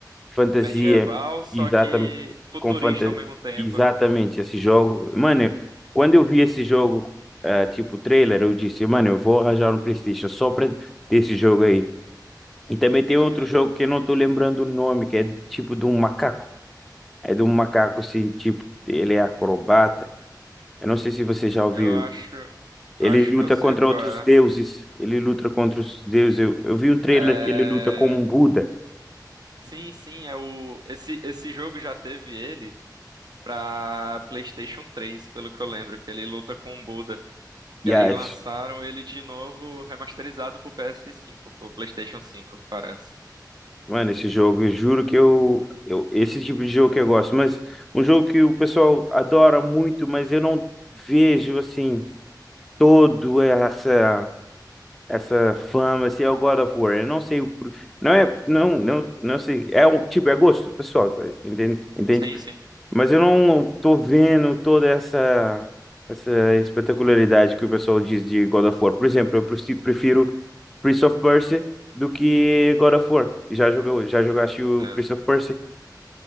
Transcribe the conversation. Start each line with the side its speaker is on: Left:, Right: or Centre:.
Centre: Fantasia,
Right: medieval, só
Centre: exatamente,
Right: que futurista
Centre: com fantasia,
Right: ao mesmo tempo,
Centre: exatamente
Right: né?
Centre: esse jogo. Mano, quando eu vi esse jogo, ah, tipo trailer, eu disse, mano, eu vou arranjar um PlayStation só para esse jogo aí. E também tem outro
Right: Sim.
Centre: jogo que eu não tô lembrando o nome, que é tipo de um macaco. É de um macaco assim, tipo, ele é acrobata. Eu não sei se você já ouviu.
Right: Eu acho, eu
Centre: Ele
Right: acho
Centre: luta
Right: que eu sei
Centre: contra
Right: qual
Centre: outros
Right: é.
Centre: deuses. Ele luta contra os deuses. Eu, eu vi um trailer
Right: É,
Centre: que ele luta com um Buda.
Right: sim, sim, é o esse esse jogo já teve ele pra PlayStation três, pelo que eu lembro, que ele luta com o Buda. E
Centre: E
Right: aí
Centre: as,
Right: lançaram ele de novo remasterizado pro PS5, pro PlayStation cinco, parece.
Centre: mano, esse jogo, eu juro que eu, eu. Esse tipo de jogo que eu gosto. Mas um jogo que o pessoal adora muito, mas eu não vejo assim, todo essa. essa fama, se é o God of War. Eu não sei o. por- Não é. Não, não, não sei. É um tipo, é gosto, pessoal. tá? Entende? Entende?
Right: Sim, sim.
Centre: Mas eu não tô vendo toda essa. Essa espetacularidade que o pessoal diz de God of War. Por exemplo, eu preci- prefiro Prince of Persia do que God of War. Já jogou, já jogaste o
Right: É.
Centre: Prince of Persia?